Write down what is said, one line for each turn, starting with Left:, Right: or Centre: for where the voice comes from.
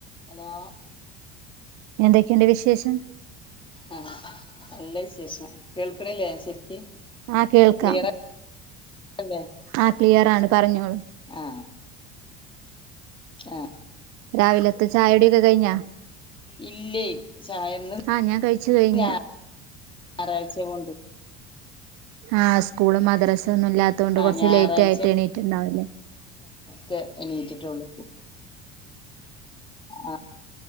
Left: ഹലോ
Right: എന്തൊക്കെണ്ട് വിശേഷം
Left: ആ നല്ല വിശേഷം കേൾക്കണില്ലേ ശരിക്ക്
Right: ആകേൾക്കാം
Left: ക്ലിയർ അല്ലേ
Right: ആ ക്ലിയർ ആണ് പറഞ്ഞോളൂ
Left: ആ ആ
Right: രാവിലത്തെ ചായയുടെ ഫുടൊക്കെ കയ്ഞ്ഞാ
Left: ഇല്ലേ ചയന്ന്
Right: ആ ഞാൻ കഴിച്ചു കഴിഞ്ഞ്
Left: ഞായറാഴ്ച ന്റെ ഫോണ്
Right: ആസ്കൂളും മദ്രസ ഒന്നും ഇല്ലാത്ത കൊണ്ട് കുറച്ച്
Left: ആ ഞായറാഴ്ച
Right: ലേറ്റ് ആയിട്ട് എണീട്ടുണ്ടാവല്ലേ
Left: കെ എനീറ്റിട്ടു ള്ളൂ ആ